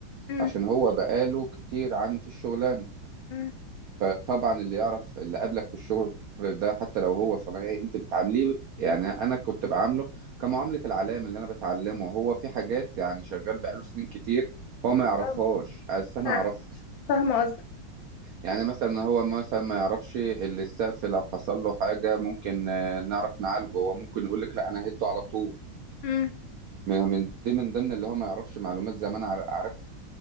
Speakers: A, on the left; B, on the right.
A: مم،
B: عشان هو بقاله كتير عني في الشغلانة
A: مم،
B: فطبعا اللي يعرف اللي قابلك في الشغل ده حتى لو هو صنايعي انت بتعامليه يعني انا كنت بعامله كمعامله العلام اللي انا بتعلمه هو في حاجات يعني شغال بقاله سنين كتير هو ما يعرفهاش
A: آه.
B: بس انا
A: فعلا
B: اعرفها
A: فاهمة قصدك
B: يعني مثلا هو مثلا ما يعرفش اللي السقف لو حصل له حاجه ممكن آه، نعرف نعالجه هو ممكن يقول لك لا انا هده على طول
A: امم
B: من من دي من ضمن اللي هو ما يعرفش معلومات زمان عار- عارفها